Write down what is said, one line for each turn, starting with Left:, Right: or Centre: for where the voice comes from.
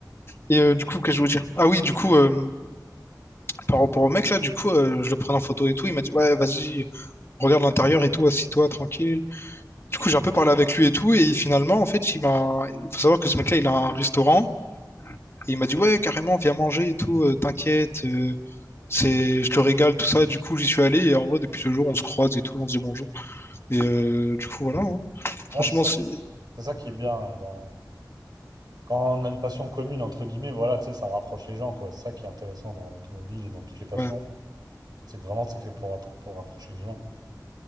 Left: Et euh, du coup, qu'est-ce que je voulais dire? Ah oui, du coup, euh, par rapport au mec, là, du coup, euh, je le prenais en photo et tout. Il m'a dit, ouais, vas-y, regarde l'intérieur et tout, assis-toi, tranquille. Du coup, j'ai un peu parlé avec lui et tout. Et finalement, en fait, il m'a. Il faut savoir que ce mec-là, il a un restaurant. Et il m'a dit, ouais, carrément, viens manger et tout, euh, t'inquiète. euh, c'est... Je te régale, tout ça. Du coup, j'y suis allé. Et en vrai, depuis ce jour, on se croise et tout, on se dit bonjour. Et euh, du coup, voilà. hein.
Right: ouais,
Left: Franchement,
Right: c'est ça,
Left: c'est.
Right: c'est ça qui est bien euh, dans. Quand on a une passion commune, entre guillemets, voilà, tu sais, ça rapproche les gens, quoi. C'est ça qui est intéressant dans l'automobile et dans toutes les passions.
Left: ouais.
Right: C'est que vraiment, c'est fait pour, attra- pour rapprocher les gens.